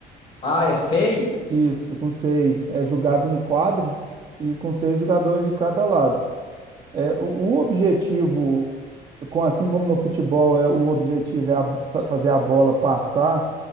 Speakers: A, on the left; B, on the right.
A: Ah, é seis?
B: Isso, com seis. É jogado em quadra e com seis jogadores de cada lado. É, o o objetivo, com- assim como no futebol, é, o objetivo é a- fa- fazer a bola passar